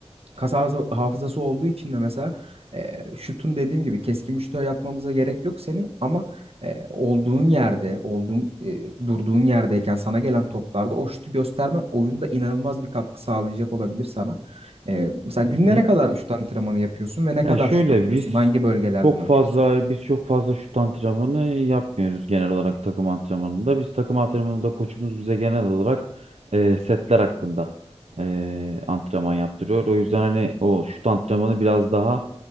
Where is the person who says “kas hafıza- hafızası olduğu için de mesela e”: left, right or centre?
Right